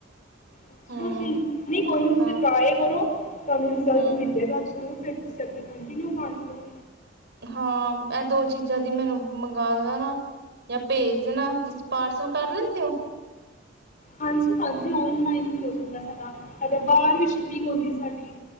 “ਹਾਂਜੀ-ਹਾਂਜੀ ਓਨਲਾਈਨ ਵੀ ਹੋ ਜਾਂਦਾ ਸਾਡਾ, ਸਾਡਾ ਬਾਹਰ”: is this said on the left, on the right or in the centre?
Left